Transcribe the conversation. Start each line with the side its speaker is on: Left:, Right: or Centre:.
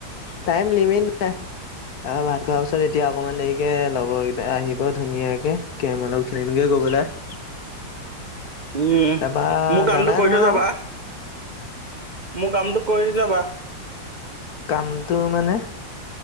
Left: টাইম লিমিট নাই আহ ভাত খোৱাৰ পিছত এতিয়া অকণমান দেৰিকে লগৰ কেইটা আহিব ধুনীয়াকে কেৰম অলপ খেলিমগে গৈ পেলাই
Right: উম
Left: তাৰপা
Right: মোৰ কামটো
Left: জানাই
Right: কৰি
Left: নহয়
Right: থৈ যাবা
Left: আৰু
Right: মোৰ কামটো কৰি যাবা
Left: কামটো মানে